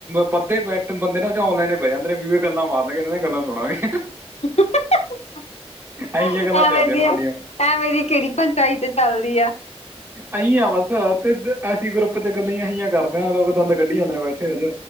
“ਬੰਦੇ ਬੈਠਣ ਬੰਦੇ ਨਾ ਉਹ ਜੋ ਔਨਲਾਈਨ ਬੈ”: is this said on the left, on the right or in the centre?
Right